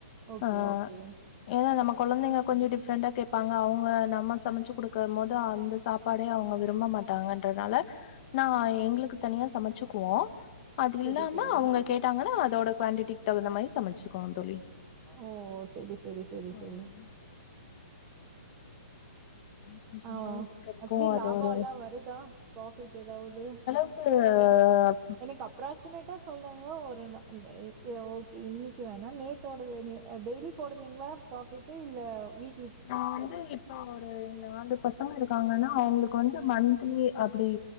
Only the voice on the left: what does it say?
ஆ
ஏன்னா நம்ம குழந்தைங்க கொஞ்சோ டிஃப்ரெண்டா கேப்பாங்க அவங்க நம்ம சமைச்சு குடுக்கம்போது அந்த சாப்பாடே அவங்க விரும்ப மாட்டாங்கன் ன்றதால நா எங்களுக்கு தனியா சமச்சுக்குவோ அது இல்லாம
அவங்க கேட்டாங்கன்னா அதோட குவான்டிடிக் தகுந்தா மாரி சமச்சுக்குவோ தோழி
ம் வீட்ல சும்மாவே
இருக்கரதுக்கு
அது
ஒரு
க்கு அ
நா வந்து இப்ப ஒரு நாலு பசங்க இருக்காங்கனா அவங்களுக்கு வந்து மந்த்லி அப்படி